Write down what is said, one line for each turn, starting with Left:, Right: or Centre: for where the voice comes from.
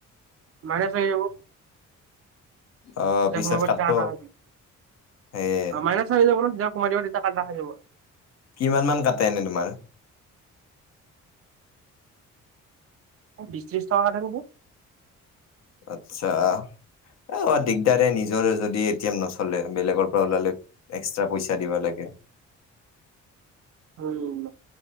Right: মাইনাছ লাগিব
Left: অ'
Right: যেতিয়া
Left: পিছত
Right: সোমাব তেতিয়া
Left: কাটব
Right: কাটা খাই যাব
Left: সেয়ে
Right: অ মাইনাছ লাগি যাব ন যেতিয়া সোমাব তেতিয়া কাটা খাই যাব
Left: কিমান মান কাটে এনেই তোমাৰ।
Right: বিশ ত্ৰিশ টকা কাটে নেকি।
Left: আটচা এ অ দিগদাৰে নিজৰে যদি এতিয়াম নচলে বেলেগৰ পৰা ওলালে এক্সট্ৰা পইচা দিব লাগে।
Right: উম।